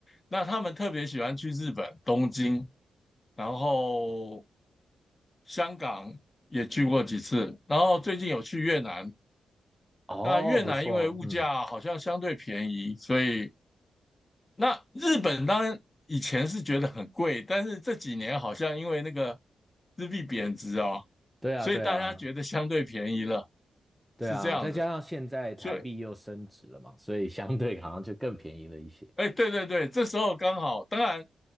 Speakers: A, on the left; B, in the centre.
A: 那他们特别喜欢去日本东京，然后香港也去过几次，然后最近有去越南。
B: 哦，
A: 那越南因为物价好像相对便宜，
B: 不错啊，嗯，
A: 所以那日本当然以前是觉得很贵，但是这几年好像因为那个日币贬值啊，
B: 对啊对啊。
A: 所以大家觉得相对便宜了，
B: 对啊，
A: 是这样子。
B: 再加上现在台币又升值了嘛，
A: 所以
B: 所以相对好像就更便宜了一些。
A: 哎，对对对，这时候刚好，当然